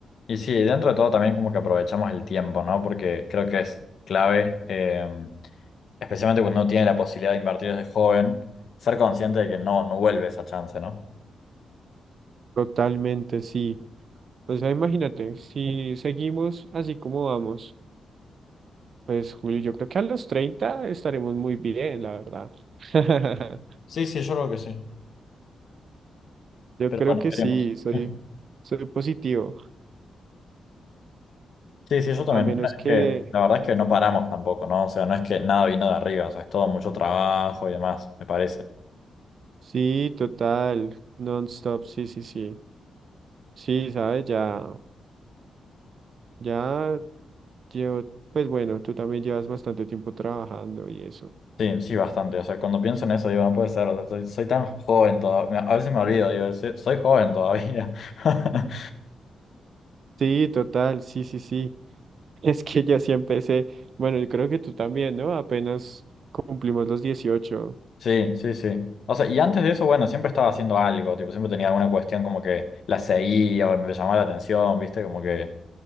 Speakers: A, on the left (about 55°); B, on the right (about 50°).
A: Y sí, dentro de todo también como que aprovechamos el tiempo, ¿no? Porque creo que es clave, eh, especialmente cuando uno tiene la posibilidad de invertir desde joven, ser consciente de que no, no vuelve esa chance, ¿no?
B: Totalmente, sí. O sea, imagínate, si seguimos así como vamos, pues Julio, yo creo que a los 30 estaremos muy bien, la verdad. <laughs>
A: Sí, sí, yo creo que sí.
B: Yo
A: Pero
B: creo
A: bueno,
B: que
A: veremos.
B: sí, soy,
A: <laughs>
B: soy positivo,
A: Sí, sí, yo también.
B: a menos
A: Bueno,
B: que
A: es que la verdad es que no paramos tampoco, ¿no? O sea, no es que nada vino de arriba, o sea, es todo mucho trabajo y demás, me parece.
B: sí, total, non-stop, sí, sí, sí. Sí, sabes, ya, ya llevo, pues bueno, tú también llevas bastante tiempo trabajando y eso.
A: Sí, sí, bastante. O sea, cuando pienso en eso, digo, no puede ser, o sea, soy, soy tan joven todavía. A veces me olvido, digo, "Sí, soy joven todavía. <laughs>
B: Sí, total, sí, sí, sí. <laughs> Es que ya sí empecé, bueno, yo creo que tú también, ¿no? Apenas cumplimos los dieciocho
A: Sí, sí, sí. O sea, y antes de eso, bueno, siempre estaba haciendo algo, tipo, siempre tenía alguna cuestión como que la seguía o me llamaba la atención, ¿viste? Como que